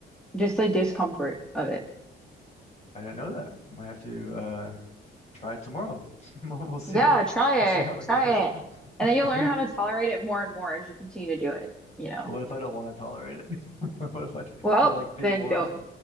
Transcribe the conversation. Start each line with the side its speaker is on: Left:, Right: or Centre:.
Centre: Just the discomfort of it.
Left: I didn't know that. Might have to uh try it tomorrow. <laughs> We'll, we'll see
Centre: Yeah,
Left: how it,
Centre: try
Left: we'll see
Centre: it.
Left: how it
Centre: Try
Left: goes.
Centre: it.
Left: <laughs>
Centre: And then you'll
Left: I
Centre: learn
Left: hate,
Centre: how to tolerate it more and more as you continue to do it, you know.
Left: but what if I don't want to tolerate it? <laughs> What if I
Centre: Well,
Left: I like being
Centre: then
Left: warm?
Centre: don't.